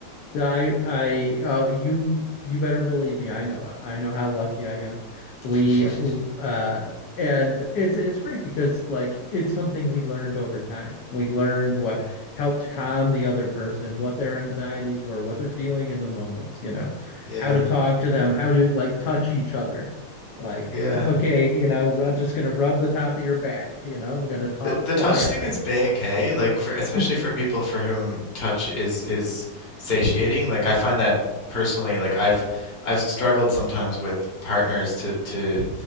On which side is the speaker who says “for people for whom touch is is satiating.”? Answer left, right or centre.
Left